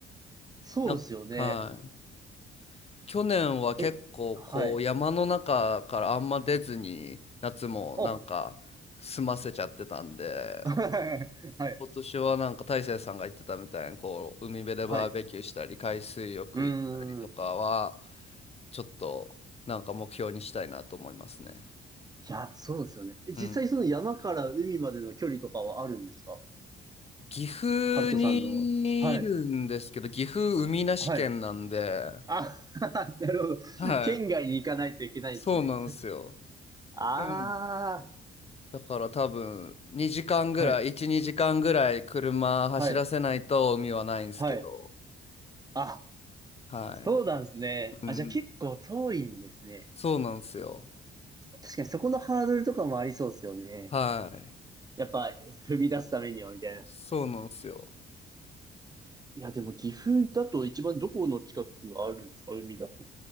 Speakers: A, on the right; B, on the left.
A: そうですよね。
B: なんか、はい。去年は結構、
A: え、はい。
B: こう、山の中からあんま出ずに、夏もなんか、
A: あ、
B: 済ませちゃってたんで、
A: はい。はい。
B: 今年はなんか、大成さんが言ってたみたいに、こう、海辺でバーベキューしたり、
A: はい。
B: 海水浴行ったりとかは、
A: うーん。
B: ちょっと、なんか目標にしたいなと思いますね。
A: いや、そうですよね。え実際その山から海までの距離とかはあるんですか
B: うん。岐阜にいるんですけど、
A: ハルトさんの。はい。
B: 岐阜海なし県なんで、
A: はい。あ、<laughs> なるほど。
B: はい。
A: 県外に行かないといけないんですね。
B: そうなんですよ。
A: ああ。
B: でもだから多分、2時間ぐらい、
A: はい。
B: 1、2時間ぐらい車走らせないと海はないんですけど、
A: はい。はい。あ、
B: はい。
A: そうなんですね。
B: うん。
A: あ、じゃあ結構遠いんですね。
B: そうなんですよ。
A: 確かにそこのハードルとかもありそうですよね。
B: はい。
A: やっぱ踏み出すためにはみたいな。
B: そうなんですよ。
A: いや、でも岐阜だと一番どこの近くあるんですか海だと。